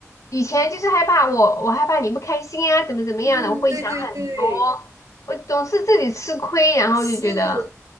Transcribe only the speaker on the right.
嗯，
对对对，
是，